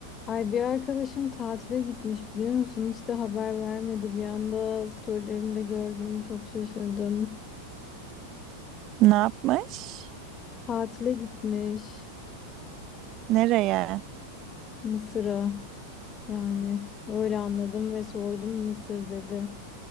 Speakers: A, on the left; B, on the right.
A: Ay bir arkadaşım tatile gitmiş biliyor musun? Hiç de haber vermedi. Bir anda storylerinde gördüm. Çok şaşırdım.
B: Ne yapmış?
A: Tatile gitmiş
B: Nereye?
A: Mısır'a. Yani öyle anladım ve sordum Mısır dedi.